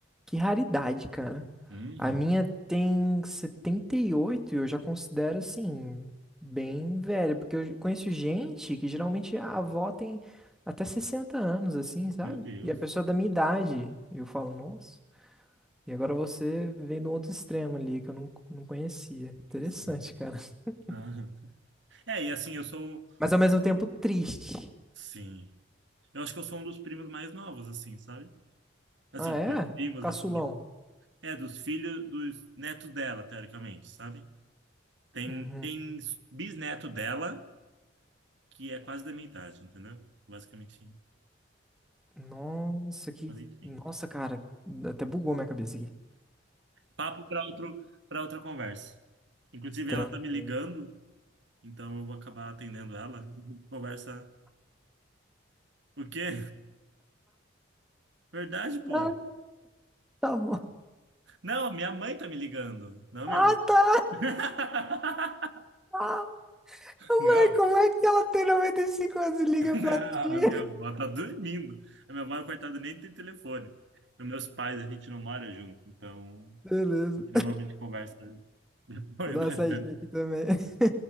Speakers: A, in the centre; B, on the right.
A: Que raridade, cara.
B: Uhum.
A: A minha tem setenta e oito e eu já considero assim, bem velha, porque eu conheço gente que geralmente a avó tem até 60 anos, assim, sabe?
B: Meu Deus.
A: E a pessoa é da minha idade. E Eu falo, nossa. E agora você vem do outro extremo ali que eu não, não conhecia. Interessante,
B: Sim.
A: cara. <laughs>
B: Aham. É, e assim, eu sou.
A: Mas ao mesmo tempo triste.
B: Sim. Eu acho que eu sou um dos primos mais novos, assim, sabe? Assim,
A: Ah, é?
B: dos primos,
A: Caçulão.
B: assim. que- É, dos filhos, dos netos dela, teoricamente, sabe? Tem,
A: Uhum.
B: tem bisneto dela, que é quase da minha idade, entendeu? Basicamente.
A: Nossa, que.
B: Mas enfim.
A: Nossa, cara, até bugou minha cabeça aqui.
B: Papo para outro, para outra conversa. Inclusive,
A: Tranquilo.
B: ela tá me ligando, então eu vou acabar atendendo ela. A gente Conversa O quê? Verdade, pô.
A: Ah, tá bom.
B: Não, minha mãe tá me ligando. Não,
A: Ah,
B: minha avó.
A: tá.
B: <laughs>
A: Ah, mãe,
B: Não,
A: como é que ela tem 95 anos e liga pra
B: não,
A: ti?
B: a minha avó tá dormindo. A minha avó, coitada, nem tem telefone. E meus pais, a gente não mora junto, então
A: Beleza.
B: a gente normalmente conversa <laughs> depois
A: Vou dar
B: da
A: uma saidinha
B: janta.
A: aqui também. <laughs>